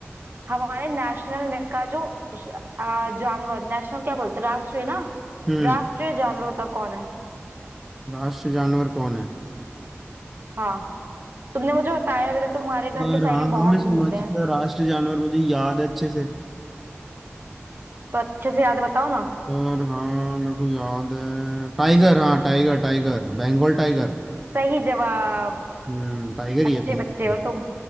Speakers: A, on the right (about 50°); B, in the centre.
A: हमारे नेशनल में का जो श- आ, जानवर नेशनल क्या बोलते हैं राष्ट्रीय ना
B: हम्म
A: राष्ट्रीय जानवर बता कौन है
B: राष्ट्र जानवर कौन है
A: हाँ तुमने मुझे बताया अभी तो तुम्हारे घर
B: और
A: के साइड
B: हाँ
A: में बहुत
B: हाँ मैं
A: घूमते
B: समझ
A: हैं
B: गया राष्ट्र जानवर मुझे याद है अच्छे से
A: तो अच्छे से याद बताओ ना
B: सर हाँ मेरे को याद है टाइगर हाँ टाइगर टाइगर बंगाल टाइगर
A: सही जवाब
B: हम्म टाइगर
A: अच्छे
B: ही है बंगाल
A: बच्चे हो तुम